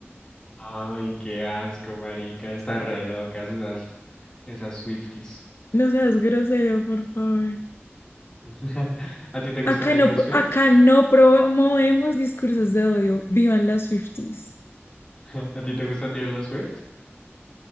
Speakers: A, on the left; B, on the left.
A: Ay, qué asco, marica, están re locas esas, esas Swifties.
B: No seas grosero, por favor.
A: <laughs> ¿A ti te gusta
B: Acá
A: Taylor
B: no,
A: Swift?
B: acá no promovemos discursos de odio. Vivan las Swifties.
A: <laughs> ¿A ti te gusta Taylor Swift?